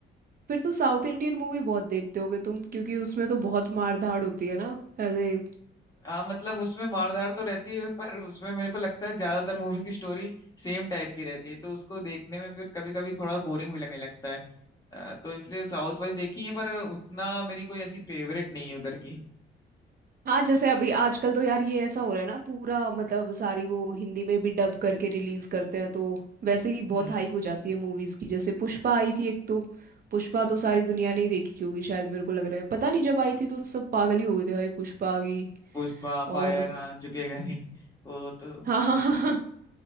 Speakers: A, on the right; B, on the left.
A: फिर तो साउथ इंडियन मूवी बहुत देखते होगे तुम क्योंकि उसमें तो बहुत मार धाड़ होती है ना एज ए
B: हाँ मतलब उसमें मारधाड़ तो रहती है पर उसमें मेरे को लगता है ज्यादातर मूवीज की स्टोरी सेम टाइप की रहती है तो उसको देखने में फिर कभी कभी थोड़ा बोरिंग भी लगने लगता है अ, तो इसलिए साउथ वाली देखी है पर उतना मेरी कोई ऐसी फेवरेट नहीं है उधर की
A: हाँ जैसे अभी आजकल तो यार ये ऐसा हो रहा है ना पूरा मतलब सारी वो हिंदी में भी डब करके रिलीज करते हैं तो वैसे ही
B: हम्म
A: बहुत हाइप हो जाती है मूवीज की जैसे पुष्पा आई थी एक तो पुष्पा तो सारी दुनिया ने ही देखी होगी शायद मेरे को लग रहा है पता नहीं जब आई थी तो सब पागल ही हो गए थे भाई पुष्पा की
B: पुष्पा फायर
A: और
B: हाँ झुकेगा नहीं वो तो
A: <laughs> हाँ हाँ